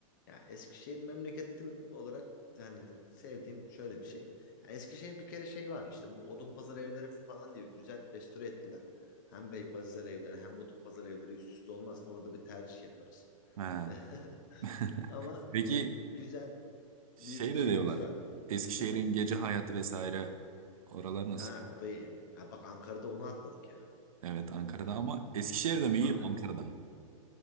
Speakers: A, on the left; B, on the right.
A: Ya Eskişehir memleketim olarak yani sevdiğim şöyle bir şey. Ya Eskişehir bir kere şey var işte bu Odunpazarı evleri falan diye güzel restore ettiler. Hem Beypazarı evleri hem Odunpazarı evleri üst üste olmaz. Orada bir tercih yaparız.
B: Ha.
A: <laughs>
B: <laughs>
A: Ama
B: Peki
A: e, güzel
B: şey
A: bir şeyimiz
B: de diyorlar.
A: var.
B: Eskişehir'in
A: Hı?
B: gece hayatı vesaire oralar nasıl?
A: Ha o da iyi. Ha bak Ankara'da onu atladık ya.
B: Evet Ankara'da
A: Tabii
B: ama Eskişehir'de mi iyi
A: Ankara.
B: Ankara'da